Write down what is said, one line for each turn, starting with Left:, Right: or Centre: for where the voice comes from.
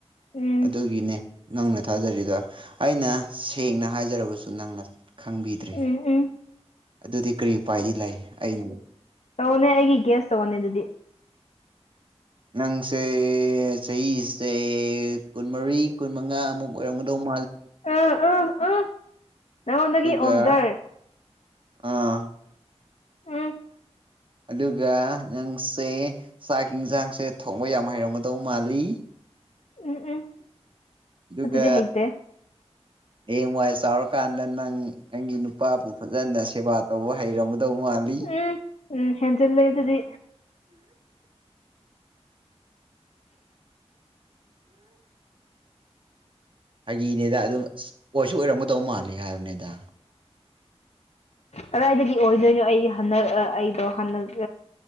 Left: ꯎꯝ
Right: ꯑꯗꯨꯒꯤꯅꯦ ꯅꯪꯅ ꯊꯥꯖꯗ꯭ꯔꯤꯗꯣ ꯑꯩꯅ ꯁꯦꯡꯅ ꯍꯥꯏꯖꯔꯕꯁꯨ ꯅꯪꯅ ꯈꯪꯕꯤꯗ꯭ꯔꯦ
Left: ꯎꯝ ꯎꯝ
Right: ꯑꯗꯨꯗꯤ ꯀꯔꯤ ꯎꯄꯥꯏꯗꯤ ꯂꯩ ꯑꯩꯅ
Left: ꯇꯧꯋꯣꯅꯦ ꯑꯩꯒꯤ ꯒꯦꯁ ꯇꯧꯋꯣꯅꯦ ꯑꯗꯨꯗꯤ
Right: ꯅꯪꯁꯦ ꯆꯥꯍꯤꯁꯦ ꯀꯨꯟꯃꯔꯤ ꯀꯨꯟꯃꯉꯥꯃꯨꯛ ꯑꯣꯏꯔꯝꯒꯗꯧꯕ
Left: ꯑꯥ ꯑꯥ ꯑꯥ ꯅꯉꯣꯟꯗꯒꯤ
Right: ꯑꯗꯨꯒ
Left: ꯑꯣꯜꯗꯔ
Right: ꯑꯥ
Left: ꯎꯝ
Right: ꯑꯗꯨꯒ ꯅꯪꯁꯦ ꯆꯥꯛ ꯍꯤꯟꯖꯥꯡꯁꯦ ꯊꯣꯡꯕ ꯌꯥꯝ ꯍꯩꯔꯝꯒꯗꯧ ꯃꯥꯜꯂꯤ
Left: ꯎꯝ ꯎꯝ
Right: ꯑꯗꯨꯒ
Left: ꯑꯗꯨꯗꯤ ꯍꯩꯇꯦ
Right: ꯍꯌꯦꯡꯋꯥꯏ ꯆꯥꯎꯔꯀꯥꯟꯗ ꯅꯪ ꯅꯪꯒꯤ ꯅꯨꯄꯥꯕꯨ ꯐꯖꯅ ꯁꯦꯕꯥ ꯇꯧꯕ ꯍꯩꯔꯝꯒ ꯗꯧ ꯃꯥꯜꯂꯤ
Left: ꯎꯝ ꯎꯝ ꯍꯦꯟꯖꯤꯜꯂꯦ ꯑꯗꯨꯗꯤ
Right: ꯐꯥꯒꯤꯅꯦꯗ ꯑꯗꯨꯝ ꯑꯣꯏꯁꯨ ꯑꯣꯏꯔꯝꯒꯗꯧ ꯃꯥꯜꯂꯦ ꯍꯥꯏꯕꯅꯦꯗ
Left: ꯀꯗꯥꯏꯗꯒꯤ ꯑꯣꯏꯗꯣꯏꯅꯣ ꯑꯩ ꯍꯟꯗꯛ ꯑꯩꯗꯣ ꯍꯟꯗꯛ